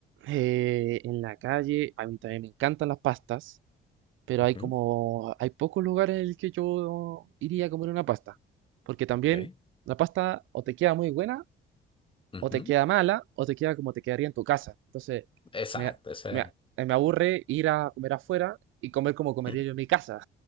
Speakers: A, on the right; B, on the left.
A: Eh, en la calle, a mí también me encantan las pastas, pero
B: Ujú,
A: hay como, hay pocos lugares en el que yo iría a comer una pasta, porque también
B: Ok.
A: la pasta o te queda muy buena
B: Ujú,
A: o te queda mala o te queda como te quedaría en tu casa. Entonces,
B: Exacto,
A: me,
B: esa
A: me- eh, me aburre ir a comer afuera y comer como comería
B: es.
A: yo
B: <laughs>
A: en mi casa.